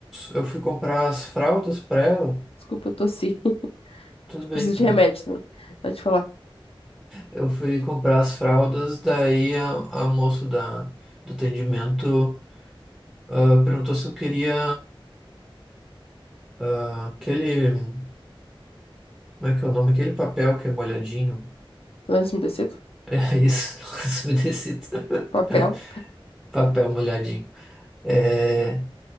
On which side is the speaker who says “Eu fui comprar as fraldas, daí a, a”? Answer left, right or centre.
Centre